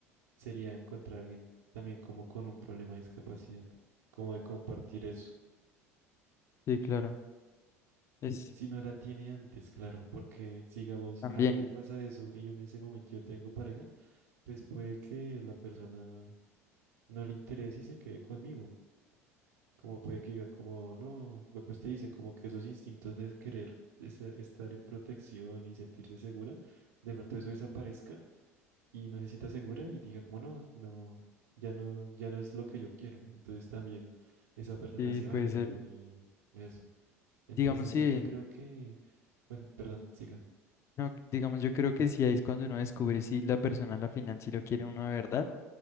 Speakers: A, on the right (about 80°); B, on the left (about 35°).
A: sería encontrar a alguien también como con un problema de discapacidad, como de compartir eso.
B: Sí, claro. Es
A: Si no la tiene antes, claro, porque digamos,
B: también,
A: a mí me pasa eso y yo en ese momento yo tengo pareja, pues puede que la persona no le interese y se quede conmigo. Como puede que diga, como no, lo que usted dice, como que esos instintos de querer de ser- estar en protección y sentirse segura, de pronto eso desaparezca y no se sienta segura y diga como no, aquí no, ya no, ya no es lo que yo quiero. Entonces también esa persona
B: sí,
A: se
B: puede
A: vaya
B: ser.
A: y ahí eso. Entonces
B: Digamos, sí,
A: sí, yo creo que, bueno, perdón, siga.
B: no, digamos, yo creo que sí ahí es cuando uno descubre si la persona a la final sí lo quiere uno de verdad